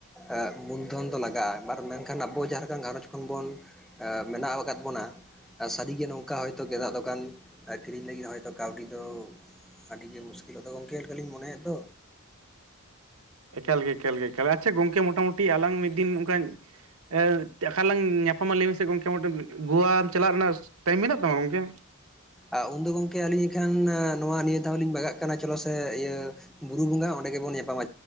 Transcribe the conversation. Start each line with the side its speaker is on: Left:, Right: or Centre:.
Centre: ᱮᱫ ᱢᱩᱞᱫᱷᱚᱱ ᱫᱚ ᱞᱟᱜᱟᱜᱼᱟ ᱢᱮᱱᱠᱷᱟᱱ ᱟᱵᱚ ᱡᱟᱦᱟᱸ ᱜᱷᱟᱸᱚᱧᱡᱽ ᱠᱷᱚᱱ ᱵᱚᱱ ᱮ ᱢᱮᱱᱟᱜ ᱟᱠᱟᱫ ᱵᱚᱱᱟ ᱥᱟᱹᱨᱤᱜᱮ ᱱᱚᱝᱠᱟ ᱦᱚᱭᱛᱚ ᱜᱮᱫᱟᱜ ᱫᱚᱠᱟᱱ ᱠᱤᱨᱤᱧ ᱞᱟᱹᱜᱤᱫ ᱦᱚᱭᱛᱚ ᱠᱟᱹᱣᱰᱤ ᱫᱚ ᱟᱹᱰᱤ ᱜᱮ ᱢᱩᱥᱠᱤᱞᱚᱜ ᱫᱚ ᱜᱚᱝᱠᱮ ᱞᱮᱠᱟᱞᱤᱧ ᱢᱚᱱᱮᱭᱮᱫ ᱫᱚ
Right: ᱮᱠᱟᱞ ᱜᱮ ᱮᱠᱟᱞ ᱜᱮ ᱮᱠᱟᱞ ᱟᱪᱪᱷᱟ ᱜᱚᱝᱠᱮ ᱢᱚᱴᱟᱢᱩᱴᱤ ᱟᱞᱟᱝ ᱢᱤᱫ ᱫᱤᱱ ᱚᱱᱠᱟ ᱮ ᱟᱠᱟ ᱞᱟᱝ ᱧᱟᱯᱟᱢᱟ ᱞᱟᱹᱭ ᱢᱮᱥᱮ ᱜᱚᱝᱠᱮ ᱢᱚᱴᱮᱱ ᱜᱳᱣᱟ ᱪᱟᱞᱟᱜ ᱨᱮᱱᱟᱜ ᱴᱟᱭᱤᱢ ᱢᱮᱱᱟᱜ ᱛᱟᱢᱟ ᱜᱚᱝᱠᱮ?
Centre: ᱟ ᱩᱱᱫᱚ ᱜᱚᱝᱠᱮ ᱟᱹᱞᱤᱧ ᱮᱱᱠᱷᱟᱱ ᱱᱚᱣᱟ ᱱᱤᱭᱟᱹ ᱫᱷᱟᱣ ᱞᱤᱧ ᱵᱟᱜᱟᱜ ᱠᱟᱱᱟ ᱪᱚᱞᱚ ᱥᱮ ᱤᱭᱟᱹ ᱵᱩᱨᱩ ᱵᱚᱸᱜᱟ ᱚᱸᱰᱮ ᱜᱮᱵᱚᱱ ᱧᱟᱯᱟᱢᱟ